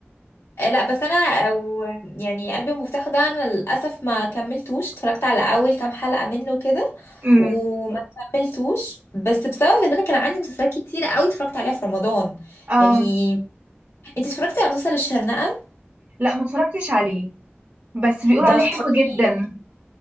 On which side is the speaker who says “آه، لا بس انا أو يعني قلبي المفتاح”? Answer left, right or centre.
Left